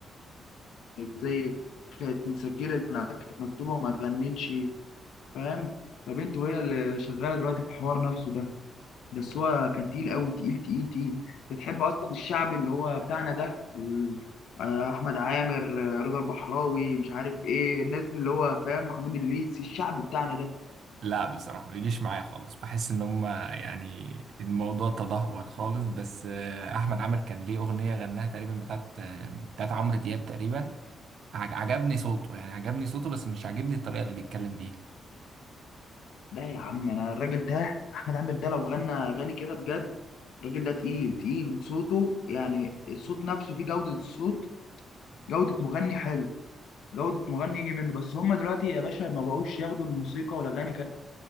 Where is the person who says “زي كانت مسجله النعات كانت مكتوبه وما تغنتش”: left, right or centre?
Left